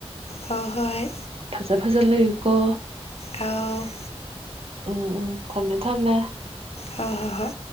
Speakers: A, on the left; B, on the right.
A: ꯍꯣ ꯍꯣꯏ
B: ꯐꯖ ꯐꯖ ꯂꯩꯌꯨꯀꯣ
A: ꯑꯥꯎ
B: ꯎꯝ ꯎꯝ ꯊꯝꯃꯦ ꯊꯝꯃꯦ
A: ꯍꯣꯏ ꯍꯣꯏ ꯍꯣꯏ